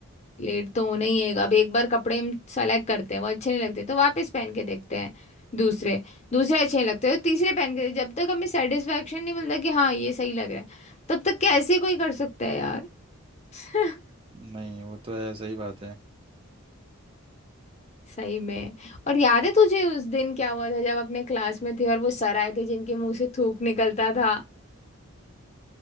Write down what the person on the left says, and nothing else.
लेट तो होना ही है अब एक बार कपड़े हम सेलेक्ट करते हैं वो अच्छे नहीं लगते तो वापस पहन के देखते हैं दूसरे दूसरे अच्छे नहीं लगते तो तीसरे पहन के जब तक हमें सेटिस्फेक्शन नहीं मिलता कि हाँ ये सही लग रहा है तब तक कैसे कोई कर सकता है यार <laughs>
सही में और याद है तुझे उस दिन क्या हुआ था जब अपने क्लास में थे और वो सर आए थे जिनके मुंह से थूक निकलता था